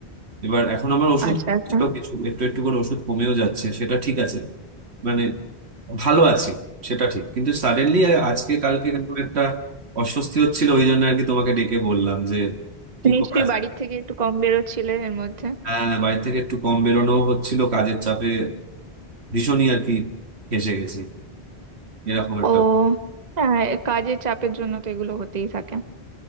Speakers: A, on the right; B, on the right.
A: এবার এখন আমার ওষুধ
B: আচ্ছা আচ্ছা
A: ছিল কিছু একটু একটু করে ওষুধ কমেও যাচ্ছে সেটা ঠিক আছে মানে ভালো আছি সেটা ঠিক কিন্তু সাডেনলি আজকে কালকে কেমন একটা অস্বস্তি হচ্ছিল ওই জন্য আর কি তোমাকে ডেকে বললাম যে কি
B: নিশ্চয়ই
A: করা যায়
B: বাড়ির থেকে একটু কম বেরোচ্ছিলে এর মধ্যে
A: হ্যাঁ বাড়ি থেকে একটু কম বেরোনো হচ্ছিল কাজের চাপে ভীষণই আর কি ফেঁসে গেছি এরকম একটা
B: ও হ্যাঁ কাজের চাপের জন্য তো এগুলো হতেই থাকে